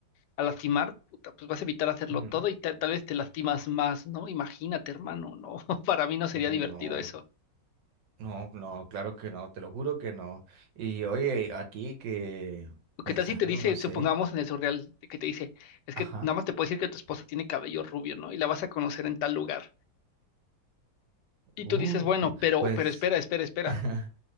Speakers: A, on the left; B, on the right.
A: a lastimar, puta, pues vas a evitar hacerlo
B: Ujú.
A: todo y tal, tal vez te lastimas más, ¿no? Imagínate, hermano, no. <laughs> Para mí no sería
B: Uh,
A: divertido
B: no.
A: eso.
B: No, no, claro que no, te lo juro que no. Y oye, aquí que
A: ¿O ¿Qué
B: pensando,
A: tal si te dice,
B: no sé.
A: supongamos en el surreal, de que te dice, es que
B: Ajá.
A: nada más te puedo decir que tu esposa tiene cabello rubio, ¿no? Y la vas a conocer en tal lugar.
B: Uf,
A: Y tú dices, bueno, pero,
B: pues.
A: pero espera, espera, espera.
B: <laughs>